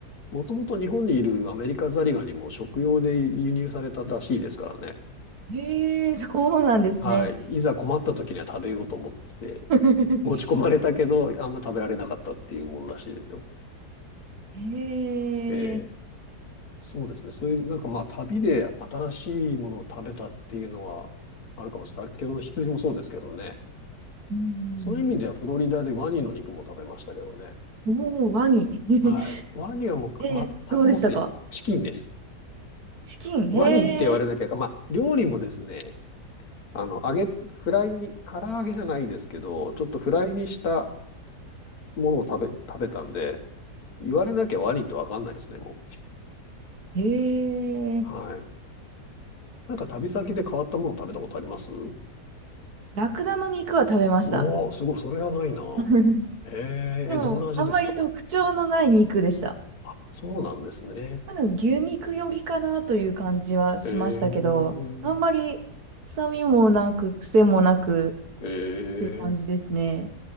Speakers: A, on the left; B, on the right.
A: もともと日本にいるアメリカザリガニも食用で輸入されたらしいですからね。
B: へえ、そうなんですね。
A: はい。いざ困った時には食べようと思ってて、
B: <laughs>
A: 持ち込まれたけど、あんま食べられなかったっていうものらしいですよ。
B: へ
A: ええ
B: え、
A: そうですね。そういう、なんかまあ、旅で新しいものを食べたっていうのはあるかもしれないけど、羊もそうですけどね。
B: うん。
A: そういう意味ではフロリダでワニの肉も食べましたけどね。
B: もうワニ。<laughs>
A: はい。ワニはもう全くもってチキンです。
B: え、どうでしたかチキン。
A: ワニって言われなきゃ、
B: へえ、
A: まあ、料理もですね、あの、揚げ、フライに、唐揚げじゃないですけど、ちょっとフライにしたものを食べ、食べたんで、言われなきゃワニってわかんないですね、も
B: へえ。
A: う。はい。なんか旅先で変わったもの食べたことあります
B: ラクダの肉は食べました。
A: おお、すごい、それはないな。
B: <laughs>
A: へえー、
B: でも、
A: えどんな味ですか
B: あんまり特徴のない肉でした。
A: あ、そうなんですね。
B: まあ、でも牛肉よりかなという感じはしましたけど、
A: へえー、
B: あんまり臭みもなく、癖もなく
A: へえー、
B: という感じですね。